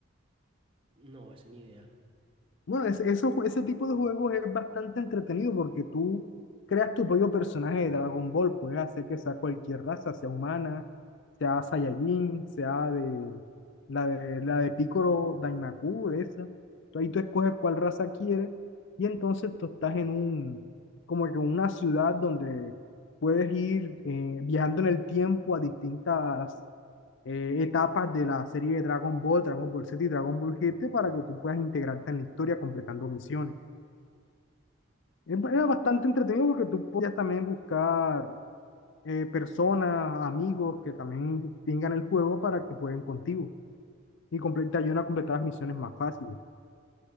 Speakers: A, on the right; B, on the left.
A: No, ese ni idea.
B: Bueno, es- eso- ese tipo de juegos es bastante entretenido porque tú creas tu propio personaje de Dragon Ball. Puedes hacer que sea cualquier raza, sea humana, sea Saiyajin, sea de la de, la de Piccolo Daimaku, de esa. Tú ahí tú escoges cuál raza quieres y entonces tú estás en un, como que en una ciudad donde puedes ir eh, viajando en el tiempo a distintas eh, etapas de la serie de Dragon Ball, Dragon Ball Z y Dragon Ball GT para que tú puedas integrarte en la historia completando misiones. Es Era bastante entretenido porque tú podías también buscar eh, personas, amigos que también tengan el juego para que jueguen contigo y comple- te ayudan a completar las misiones más fáciles.